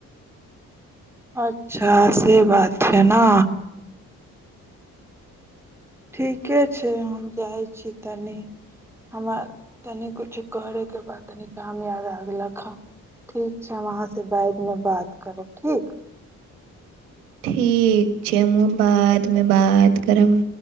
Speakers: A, in the centre; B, on the right.
A: अच्छा से बात छैइ ना ठीके छैइ हम जाइ छी तनी हमरा तनि किछु करयके बाद तनि काम याद आगेलक ह ठीक छैइ हम अहाँ से बादमे बात करब ठीक
B: ठीक चम बादमे बात करम